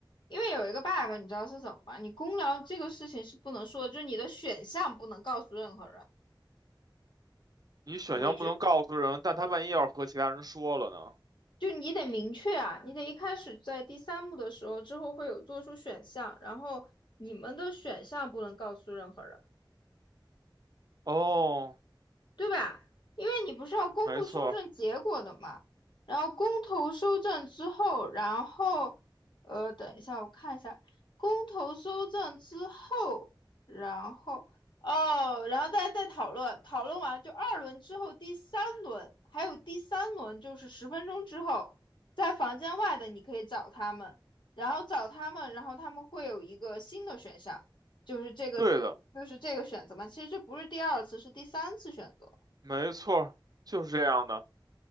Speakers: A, on the left; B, on the right.
A: 因为有一个 bug，你知道是什么吗？你公聊这个事情是不能说的，就是你的选项不能告诉任何人。
B: 你选项不能告诉人，
A: 我觉
B: 但他万一要是和其他人说了呢？
A: 就你得明确啊，你得一开始在第三幕的时候之后会有做出选项，然后你们的选项不能告诉任何人。
B: 哦，
A: 对吧？因为你不是要公布收证结果的嘛，
B: 没错儿，
A: 然后公投收证之后，然后呃，等一下我看一下，公投收证之后，然后哦，然后再再讨论，讨论完就二轮之后第三轮，还有第三轮就是十分钟之后，在房间外的你可以找他们，然后找他们，然后他们会有一个新的选项，就是这个
B: 对的，
A: 就是这个选择嘛。其实这不是第二次，是第三次选择。
B: 没错儿，就是这样的。